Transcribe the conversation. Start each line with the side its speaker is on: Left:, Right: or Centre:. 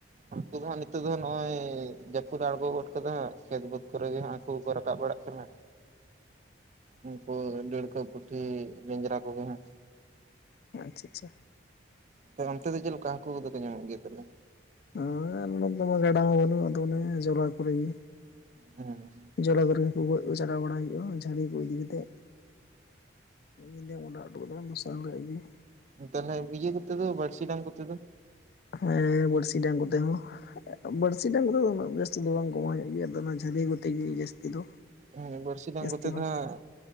Right: ᱩᱱᱠᱩ ᱫᱚ ᱦᱟᱸᱜ ᱱᱤᱛᱚᱜ ᱫᱚ ᱱᱚᱜᱼᱚᱭ ᱡᱟᱹᱯᱩᱫ ᱟᱬᱜᱚ ᱠᱚᱫᱚ ᱦᱟᱸᱜ ᱠᱷᱮᱛ ᱵᱟᱹᱫᱽ ᱠᱚᱨᱮᱜ ᱜᱮ ᱦᱟᱠᱩ ᱠᱚ ᱨᱟᱠᱟᱵ ᱵᱟᱲᱟᱜ ᱠᱟᱱᱟ ᱩᱱᱠᱩ ᱰᱟᱲᱠᱚᱹ ᱯᱩᱴᱷᱤ ᱞᱮᱧᱡᱨᱟ ᱠᱚᱜᱮ ᱦᱟᱜ
Left: ᱟᱪᱪᱷᱟ ᱟᱪᱪᱷᱟ
Right: ᱛᱟᱦᱮ ᱚᱱᱛᱮ ᱫᱚ ᱪᱮᱫ ᱞᱮᱠᱟ ᱦᱟᱹᱠᱩ ᱠᱚᱫᱚᱠᱚ ᱧᱟᱢᱚᱜ ᱜᱮᱭᱟ ᱛᱟᱦᱮ
Left: ᱦᱮᱸ ᱜᱟᱰᱟ ᱢᱟ ᱵᱟᱹᱱᱩᱜ ᱟᱫᱚ ᱚᱱᱮ ᱡᱚᱞᱟ ᱠᱚᱨᱮ ᱜᱮ
Right: ᱚ ᱦᱚᱸ
Left: ᱡᱚᱞᱞᱟ ᱜᱟᱹᱨᱟᱹ ᱠᱚ ᱜᱚᱡ ᱠᱚ ᱪᱟᱞᱟᱣ ᱵᱟᱲᱟ ᱦᱩᱭᱩᱜᱼᱟ ᱡᱷᱟᱹᱲᱤ ᱠᱚ ᱤᱫᱤ ᱠᱟᱛᱮ ᱤᱧ ᱚᱰᱟᱜ ᱡᱚᱴᱚ ᱠᱟᱫᱟ ᱫᱚᱥᱚᱫ ᱜᱮᱭᱟ
Right: ᱛᱟᱞᱮ ᱤᱭᱟᱹᱮ ᱠᱚᱛᱚ ᱵᱚᱲᱥᱤ ᱰᱟᱝ ᱠᱚᱛᱮ ᱫᱚ
Left: ᱦᱮᱸ ᱵᱚᱞᱥᱤ ᱰᱟᱝ ᱠᱚᱛᱮ ᱦᱚᱸ ᱵᱟᱹᱲᱥᱤ ᱰᱟᱝ ᱠᱚᱫᱚ ᱫᱚ ᱩᱱᱟᱹᱜ ᱡᱟᱹᱥᱛᱤ ᱫᱚ ᱵᱟᱝ ᱠᱚᱢᱟᱣ ᱧᱚᱜ ᱜᱮᱭᱟ ᱟᱫᱚ ᱚᱱᱟ ᱡᱷᱟᱹᱞᱤ ᱠᱚᱛᱮ ᱜᱮ ᱡᱟᱹᱥᱛᱤ ᱫᱚ
Right: ᱦᱮᱸ ᱵᱟᱹᱲᱥᱤ ᱫᱟᱝ
Left: ᱡᱟᱹᱥᱛᱤ
Right: ᱠᱚᱛᱮ
Left: ᱵᱷᱟᱜᱽ
Right: ᱫᱚ ᱦᱟᱜ